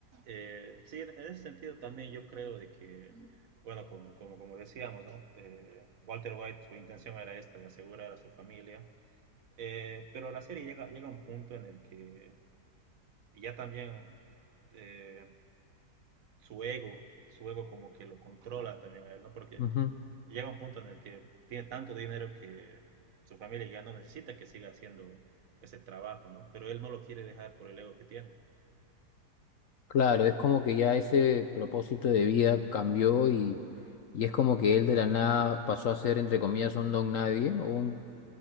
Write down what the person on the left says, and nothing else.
Ujú.
Claro, es como que ya ese propósito de vida cambió y, y es como que él de la nada pasó a ser, entre comillas, un don nadie o un